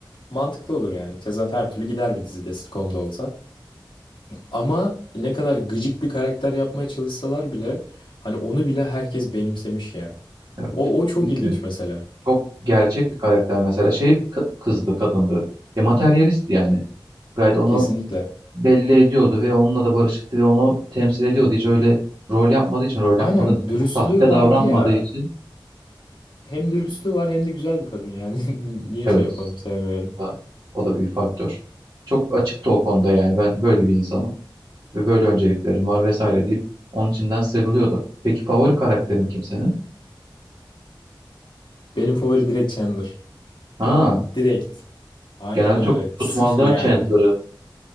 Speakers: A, on the left; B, on the right.
A: mantıklı olur yani. Tezat her türlü gider bir dizide sitcom'da olsa. Ama ne kadar gıcık bir karakter yapmaya çalışsalar bile hani onu bile herkes benimsemiş ya.
B: Evet.
A: O, o çok
B: Çünkü
A: ilginç mesela.
B: çok gerçek bir karakter mesela şey bir kı- kızdı kadındı. Ya materyalist yani. Gayet onu
A: Kesinlikle.
B: belli ediyordu ve onunla da barışıktı ve onu temsil ediyordu. Hiç öyle rol yapmadığı için rol
A: Aynen
B: yapmadığı derken,
A: dürüstlüğü
B: sahte
A: vardı
B: davranmadığı
A: ya.
B: için
A: Hem dürüstlüğü var hem de güzel bir kadın yani. <laughs> Niye
B: evet
A: şey yapalım sevmeyelim.
B: o da o da bir faktör. Çok açıktı o konuda yani ben böyle bir insanım. ve böyle önceliklerim var vesaire deyip onun içinden sıyrılıyordu. Peki favori karakterin kimsenin?
A: Benim favori direkt Chandler.
B: Ha,
A: Direkt. Aynen
B: genelde
A: öyle.
B: çok tutmazlar
A: Sıfır yani.
B: Chandler'ı.